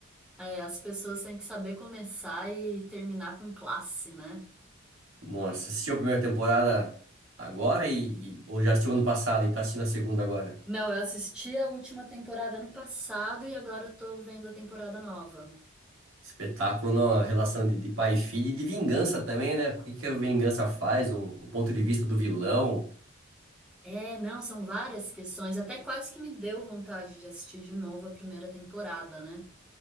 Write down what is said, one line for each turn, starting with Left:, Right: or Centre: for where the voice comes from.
Centre: É, as pessoas têm que saber começar e terminar com classe, né?
Right: Nossa, assistiu a primeira temporada agora e, e- ou já assistiu ano passado e tá assistindo a segunda agora?
Centre: Não, eu assisti a última temporada ano passado e agora eu tô vendo a temporada nova.
Right: Espetáculo, não, a relação de, de pai e filho e de vingança também, né? O que que a vingança faz, o, o ponto de vista do vilão.
Centre: É, não, são várias questões, até quase que me deu vontade de assistir de novo a primeira temporada, né?